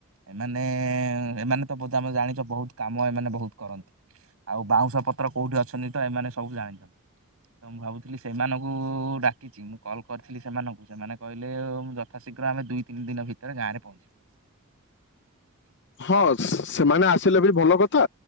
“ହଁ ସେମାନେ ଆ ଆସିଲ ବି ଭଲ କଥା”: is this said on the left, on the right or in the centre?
Left